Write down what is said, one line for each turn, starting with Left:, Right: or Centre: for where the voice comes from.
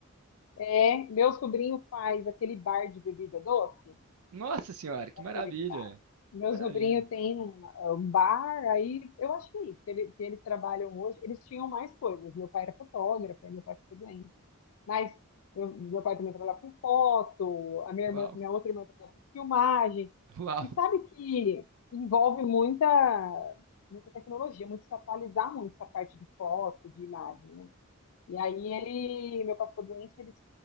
Left: É, meu sobrinho faz aquele bar de bebida doce.
Right: Nossa senhora, que
Left: aquele
Right: maravilha!
Left: bar. Meu
Right: Maravilha.
Left: sobrinho tem um, é um bar, aí eu acho que é isso, que, ele- que eles trabalham hoje. Eles tinham mais coisas. Meu pai era fotógrafo, aí meu pai ficou doente. Mas meu, meu pai também trabalhava com foto, a minha
Right: Uau,
Left: irmã, minha outra irmã trabalhava com filmagem.
Right: <laughs> uau.
Left: E sabe que envolve muita, muita tecnologia, muito se atualizar muito essa parte de foto, de imagem, né? E aí ele, meu pai ficou doente, eles